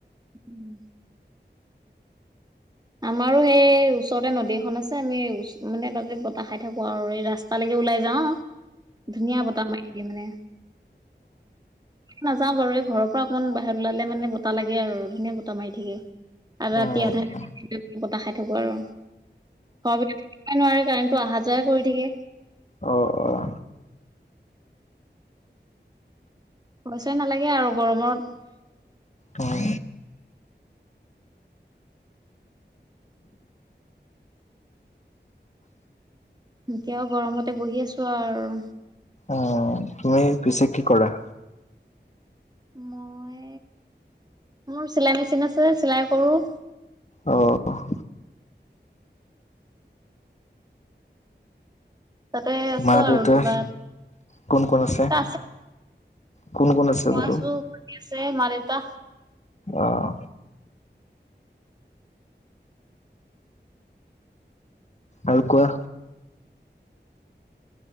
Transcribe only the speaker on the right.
উম। আমাৰো সেই ওচৰতে নদী এখন আছে আমি মানে তাতে বতাহ খাই থাকো আৰু এই ৰাস্তা লৈকে ওলাই যাওঁ ধুনীয়া বতাহ মাৰি থাকে মানে। নাযাওঁ বাৰু। এই ঘৰৰ পৰা অকমান বাহিৰত ওলালে মানে বতাহ লাগে আৰু ধুনীয়া বতাহ মাৰি থাকে। আৰু ৰাতি
আধা বতাহ খাই থাকো আৰু ঘৰৰ ভিতৰত নোৱাৰে কাৰেনটো অহা যোৱাই কৰি থাকে।
<unintelligible> নালাগে আৰু গৰমত।
এতিয়াও গৰমতে বহি আছো আৰু আৰু।
মই মোৰ চিলাই মেচিন আছে চিলাই কৰো।
তাতে আছো
আৰু কিবা
মা
দেউতা
মই
আছো ভন্টি আছে মা দেউতা।